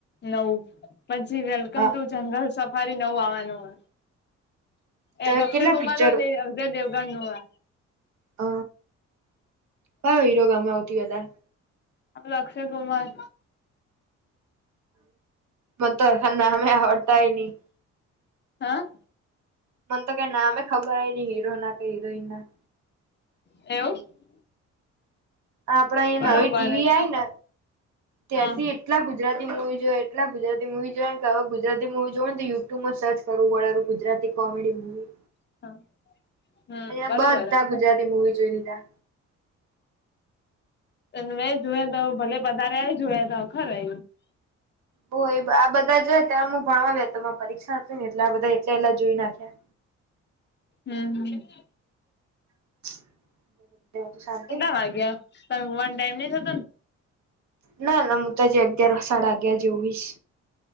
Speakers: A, on the left (about 35°); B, on the right (about 65°).
A: નવું. પછી વેલકમ
B: હા
A: ટુ જનરલ શ ફરી નવ આવવાનું.
B: તો
A: એક અક્ષય
B: કેટલા
A: કુમાર
B: પિક્ચર
A: નું ને અક્ષય દેવગણ નું.
B: હ કયો હીરો ગમે હૌથી વધારે
A: પેલો અક્ષય કુમાર.
B: મ તો ખણે નામે આવડ તાયની
A: હા.
B: મને તો ક નામે ખબર હ નઈ હીરો ના કઈી. કઈ ના.
A: એવું
B: આપડ અહીયા
A: બરોબર
B: નવી ટી વી
A: જ
B: આય ને. ત્યારથી
A: હા
B: એટલા ગુજરાતી મુવી જોએ એટલા ગુજરાતી મુવી જોય કે હવે ગુજરાતી મુવી જો ને તો યુટ્યુબમાં સર્ચ કરવું વળરું ગુજરાતી કોમેડી મૂવી.
A: હા. હમ
B: અહીંયા
A: બરોબર
B: બધા
A: હ
B: ગુજરાતી મૂવી જોઈ લી ટા.
A: તેન મેં જોએ દઉં ભલે બધા તેએ જોયા થા અખારે.
B: હો એ આ બધા જોયા કે અમુક ભણવા ગયા થા તોમાં પરીક્ષા હતી ને એટલે આ બધા એટલે લા જોઈ નાખ્યા.
A: હમ્મ, હમ્મ.
B: <inaudible> શાંતિ
A: કેટલા વાગ્યા? તન વન ટાઈમ નહીં થતો ન?
B: ના ના હું તો જે અગિયાર સાડા અગિયાર જે હુઈશ.